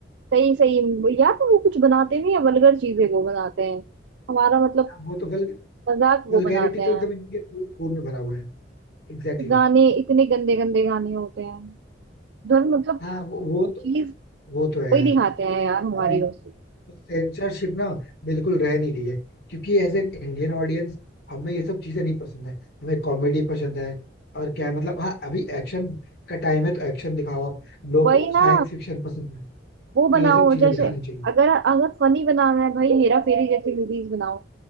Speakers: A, on the right; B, on the left.
A: सही सही यार तो वो कुछ बनाते नहीं है वल्गर चीजें वो बनाते हैं हमारा मतलब
B: हाँ, वो तो वल,
A: मजाक
B: वल्गैरिटी
A: वो बनाते
B: तो
A: हैं
B: एकदम इनके खून में भरा हुआ है Exactly
A: गाने
B: exactly.
A: इतने गंदे गंदे गाने होते हैं धुन मतलब
B: हाँ वो वो तो
A: चीज
B: वो तो है यार
A: वही दिखाते हैं यार हमारी
B: अभी
A: बस
B: सेंसरशिप ना बिल्कुल रह नहीं रही है क्योंकि एज एन इंडियन ऑडियंस हमें ये सब चीजें नहीं पसंद है हमें कॉमेडी पसंद है और क्या है, मतलब हाँ अभी एक्शन का टाइम है तो एक्शन दिखाओ आप लोगों
A: वही
B: को साइंस
A: ना
B: फिक्शन पसंद है तो
A: वो बनाओ
B: ये सब चीजें
A: जैसे
B: दिखानी चाहिए
A: अगर अगर फनी बनाना है भाई हेरा फेरी जैसी मूवीज बनाओ